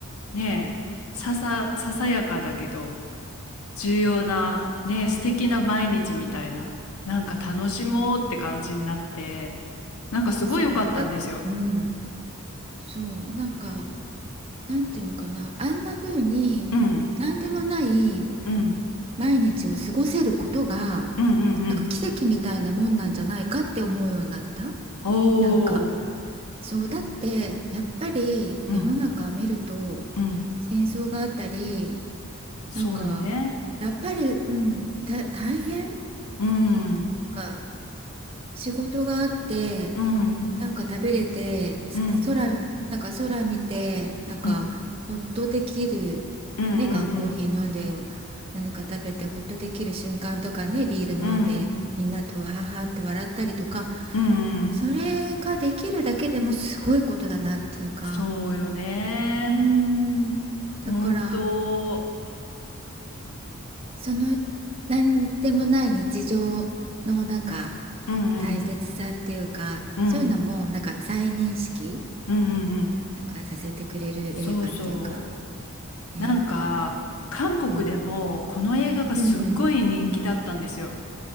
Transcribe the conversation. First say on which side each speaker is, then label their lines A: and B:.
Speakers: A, on the left; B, on the right.
A: う。ねえ、ささ、ささやかだけど、重要なね素敵な毎日みたいななんか楽しもうって感じになってなんかすごい良かったんですよ
B: そうだうんそうなんかなんていうのかなあんな風に何でもない
A: うんうん
B: 毎日を過ごせることが
A: うんうんうん
B: なんか奇跡みたいなもんなんじゃないかって思うようになった。
A: お
B: なんか
A: う
B: そうだってやっぱり世の中見ると
A: うんうん
B: 戦争があったり
A: そうよね
B: なんかやっぱり、うん、た大変
A: うん
B: か仕事があって
A: うん
B: なんか食べれてす空なんか空見てなんかほっとできるね缶コーヒー飲んで
A: うんうんうんうん
B: 何か食べてほっとできる瞬間とかねビール飲んでみんなとはははって笑ったりとか
A: うんうんうんうん
B: それができるだけでもすごいことだなっていうか
A: そうよね
B: うーんだから
A: 本当
B: その何でもない日常のなんか
A: うんうん
B: 大切さっていうかそういうのもなんか再認識
A: うんうんうんうんうん
B: なんかさせてくれる映画っていうか
A: そうそ
B: ね、
A: う。なんか、韓国でもこの映画がすっごい人気だったんですよ。
B: うん、うんうん